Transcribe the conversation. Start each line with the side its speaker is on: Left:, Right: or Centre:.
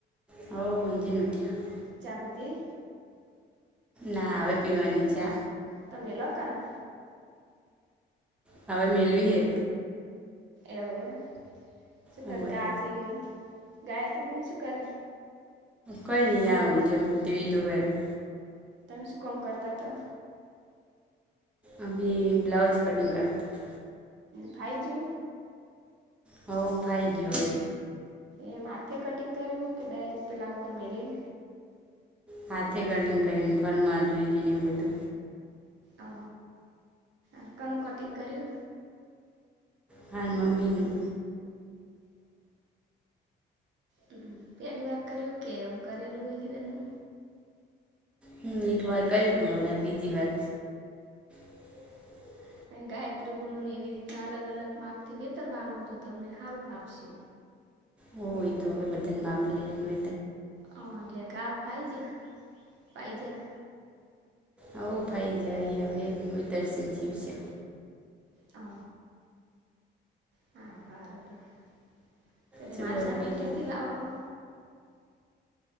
Centre: હવે ઊંધી ઉઠ્યા
Right: ચા પીતી
Centre: ના હવે પીવાની છે.
Right: તમે લકને
Centre: હવે, મેલવી એ
Right: એવું હે શું,
Centre: હવે
Right: કરે કાચીની ગાયત્રી પણ શું કરે
Centre: કોઈ નહી, આવે મારે ત્યાં ટીવી જોવે રા
Right: છુ, કમ કરતા
Centre: અી બ્લાઉજ કટિંગ કરતા
Right: ફાઈજુ
Centre: હ ભાઈ ગ હોય
Right: એમ હાથે, કટિંગ કર કે ડાયરેક્ટ પેલા ઉપર મેલી
Centre: હાથે કટિંગ કરને ફર્મ માં જોઈ જઈને એવું બધુ
Right: ઓ હ કોનનું કટિંગ કર્યુ
Centre: હા મમ્મીનું
Right: હ પહેલી વાર કરું કેમ કરેલું હોય એકી દોનું.
Centre: હમ્મ એક વાર કર્યું તું હવે બીજી વાર <unintelligible>
Right: કે ગાયત્રી બોલને એવી રીતના અલગ અલગ માપ થી વેતરવાનું તો તમને હારું ફાવશે
Centre: હોય તો હવે બધાને માપ લે લઈને
Right: હ એટલે ઘા ફાઈ જ્યા પાઈ જ્યા
Centre: હઓ ફાઈ જાય ઈ હવે મિધર જીવ છે
Right: ઓ સારું સારું તાર તમે
Centre: શું
Right: માલસામાન
Centre: કરું બીજું
Right: ક્યાંથી લાવો હો.